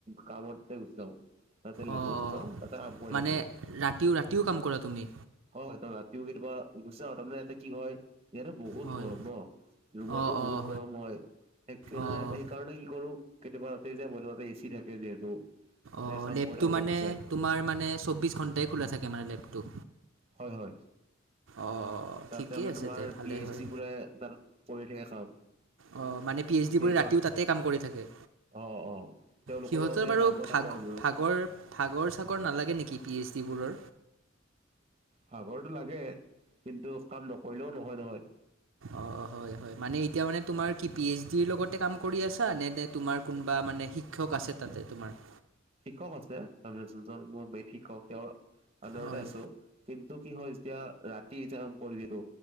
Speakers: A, on the right; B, on the right.
A: কামতে গুচি যাওঁ। তাতে লেবত
B: অঁ
A: যাও তাতে কাম কৰি
B: মানে
A: থাকো।
B: ৰাতিও ৰাতিও কাম কৰা তুমি
A: হয় হয় ত ৰাতিও কেতিয়াবা গুচৈ তামানে <unintelligible> ইয়াতে কি হয় ইয়াতে বহুত
B: হয়
A: গৰম ন ৰুমতো
B: অঁ
A: বহুত
B: অঁ
A: গৰম হয়। সকেৰ
B: অঁ অঁ
A: সেইকাৰণে কি কৰো কেতিয়াবা ৰাতি যায় বতে এ চি থাকে যিহেতু তাতে
B: অ
A: কাম
B: লেবটো
A: কৰি থাকো
B: মানে
A: তাত যায়
B: তোমাৰ মানে চৌবিশ ঘন্টাই খোলা থাকে মানে লেবটো
A: হয় হয়
B: অঁ
A: তাতে
B: ঠিকেই
A: মানে
B: আছে
A: তোমাৰ
B: তে ভালেই
A: পি এইচ
B: হয়
A: ড বোৰে তাত কৰি থাকে কাম
B: অ মানে পি এইচ ডি
A: সেইকাৰণ
B: কৰি ৰাতিও তাতেই কাম কৰি থাকে।
A: অ অ তেওঁলোকৰ
B: সিহঁতৰ
A: লগতে
B: বাৰু
A: কাম কৰি
B: ভাগ
A: থাকো আৰু মইও।
B: ভাগৰ ভাগৰ চাগৰ নালাগে নেকি। পি এইচ ডিবোৰৰ।
A: ভাগৰটো লাগে কিন্তু কাম নকৰিলেও নহয় নহয়।
B: অ অ হয় হয় মানে এতিয়া মানে তোমাৰ কি পি এইচ ডিৰ লগতে কাম কৰি আছা নে নে তোমাৰ কোনোবা মানে শিক্ষক আছে তাতে তোমাৰ
A: শিক্ষক আছে যোনজন মোৰ মেট শিক্ষক তেওঁ আন্ধাৰতে
B: হয়
A: আছো কিন্তু কি হয় এতিয়া ৰাতি এতিয়া কাম কৰি যিহেতু